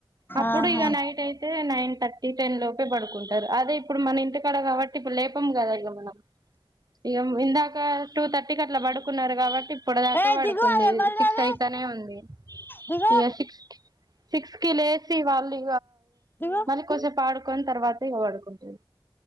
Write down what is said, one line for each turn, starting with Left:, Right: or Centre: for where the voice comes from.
Right: అప్పుడు
Left: ఆహా
Right: ఇక నైట్ అయితే నైన్ థర్టీ టెన్ లోపే పడుకుంటారు అదే ఇప్పుడు మన ఇంతకాడ కాబట్టి ఇప్పుడు లేపం కదా ఇక మనం ఇక ఇందాక టూ తర్ టి అట్లా పడుకున్నారు కాబట్టి ఇప్పుడు దాకా
Left: ఏ
Right: పడుకుంది
Left: దిగు అది ఎవరిది
Right: సిక్స్
Left: అది
Right: అయితనే ఉంది
Left: దిగు
Right: ఇక సిక్స్ సిక్స్ కి లేసి వాళ్ళీ
Left: దిగు
Right: మన కొసే పాడు వన్ తర్వాతేడుకుంటుంది